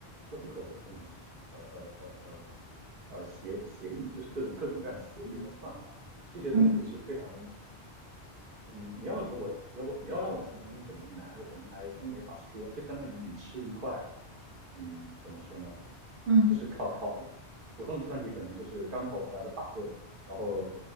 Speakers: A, on the right; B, on the right.
A: protocol 的中文叫什么？呃呃呃呃呃协协议，就是各种各种各样的协议和算法，这些东西是非常，
B: 嗯嗯
A: 嗯，你要给我，你要我，你要让我形容怎么难，我可能还真没法说。就相当于你吃一块嗯，怎么说呢？
B: 嗯，
A: 就是考考普通计算机可能就是刚考出来的法棍，然后